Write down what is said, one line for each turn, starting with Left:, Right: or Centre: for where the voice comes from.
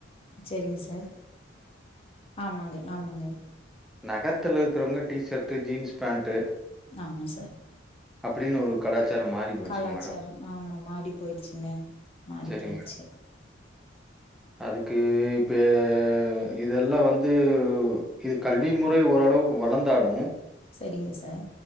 Left: சேரிங்க சார் ஆமாங்க ஆமாங்க
Centre: நகரத்துல இருக்கிறவங்க டீ ஷர்ட்டு ஜீன்ஸ் பேண்ட்டு
Left: ஆமா சார்
Centre: அப்டின்னு ஒரு கலாச்சாரம் மாறி போச்சுங்க
Left: கலாச்சாரம்
Centre: மேடம்.
Left: ஆமா மாடி போயிடுச்சுங்க மாடி
Centre: சரி
Left: போயிருச்சு
Centre: மேடம். அதுக்கு இப்ப இதெல்லா வந்து இது கல்வி முறை ஓரளவுக்கு வளர்ந்தாலு
Left: செரிங்க சார்